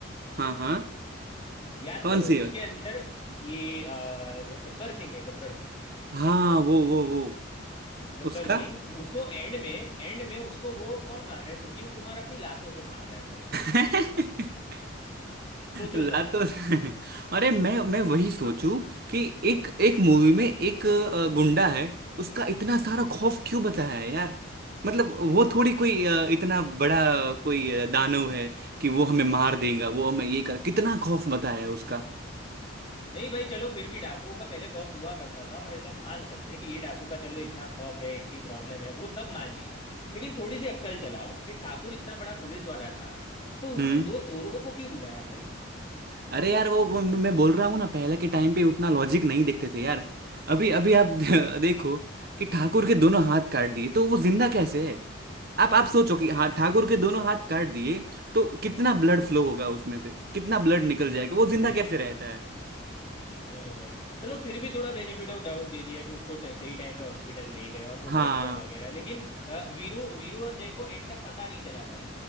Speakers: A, on the right; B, on the left.
A: हाँ हाँ
B: याद
A: कौन
B: करो
A: सी है
B: उसके अंदर ये अ, गब्बर सिंह है गब्बर सिंह
A: हाँ वो वो वो
B: गब्बर
A: उसका
B: सिंह उसको एंड में एंड में उसको वो कौन मार रहा है संजीव कुमार अपनी लातों से मार रहा है भाई
A: <laughs>
B: सोचो
A: ला
B: जरा
A: तो अरे मैं मैं वही सोचूं कि एक एक मूवी में एक अ, गुंडा है उसका इतना सारा खौफ क्यों बताया है यार मतलब वो थोड़ी कोई अ, इतना बड़ा कोई अ, दानव है कि वो हमें मार देगा वो हमें ये कर कितना खौफ बताया है उसका
B: नहीं भाई चलो फिर भी डाकुओं का पहले खौफ हुआ करता था और ऐसे हम मान सकते हैं कि ये डाकू का चलो इतना खौफ है इतनी प्रॉब्लम है वो सब मान लिया लेकिन थोड़ी सी अक्कल चलाओ कि ठाकुर इतना बड़ा पुलिस वाला था तो उसने
A: हम्म
B: दो चोरों को क्यों बुलाया भाई
A: अरे यार वो, वो मैं बोल रहा हूँ ना पहले के टाइम पे उतना लॉजिक नहीं देखते थे यार अभी अभी आप <laughs> देखो कि ठाकुर के दोनों हाथ काट दिए तो वो जिंदा कैसे है आप आप सोचो कि हाँ ठाकुर के दोनों हाथ काट दिए तो कितना ब्लड फ्लो होगा उसमें से कितना ब्लड निकल
B: हाँ
A: जाएगा
B: भाई
A: वो
B: वो
A: जिंदा
B: भी है
A: कैसे रहता है
B: हाँ भाई चलो फिर भी थोड़ा बेनिफिट ऑफ डाउट दे दिया कि उसको ट- सही टाइम पे हॉस्पिटल ले गए और वो
A: हाँ
B: बच गया वगैरह लेकिन अ, वीरू वीरू और जय को एंड तक पता नहीं चला भाई